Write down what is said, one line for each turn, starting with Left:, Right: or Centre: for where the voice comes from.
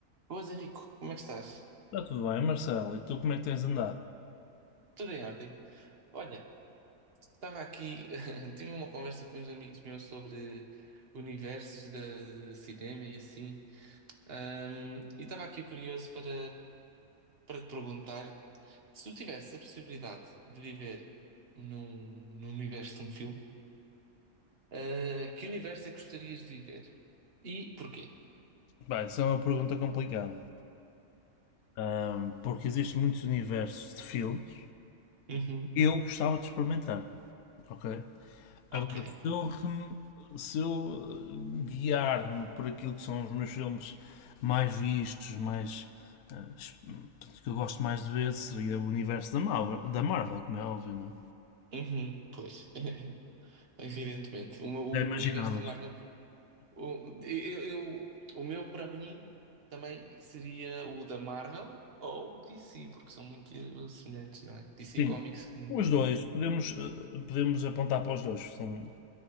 Right: Boas, Henrico, como é que estás?
Left: Está tudo bem, Marcelo. E tu como é que tens andado?
Right: Tudo em ordem? Olha, estava aqui, <laughs> tive uma conversa com uns amigos meus sobre universos de, de cinema e assim, Ahm, e estava aqui curioso para, para te perguntar se tu tivesse a possibilidade de viver num, num universo de um filme, ah, que universo é que gostarias de viver? E porquê?
Left: Bem, isso é uma pergunta complicada. Ahm, porque existem muitos universos de filmes.
Right: Uhum,
Left: Eu gostava de experimentar, ok? Agora,
Right: ok.
Left: se eu, rem- se eu eh, guiar-me por aquilo que são os meus filmes mais vistos, mais eh, es- portanto, que eu gosto mais de ver, seria o universo da Marvel, da Marvel como é óbvio, não é?
Right: Uhum, pois, <laughs> evidentemente. O, o
Left: Já imaginavas?
Right: universo de Marvel O, eu, eu- o meu, para mim, também seria o da Marvel ou DC, porque são muito semelhantes, não é? DC
Left: Sim,
Right: Comics. hum.
Left: os dois. Podemos, eh, podemos apontar para os dois. São,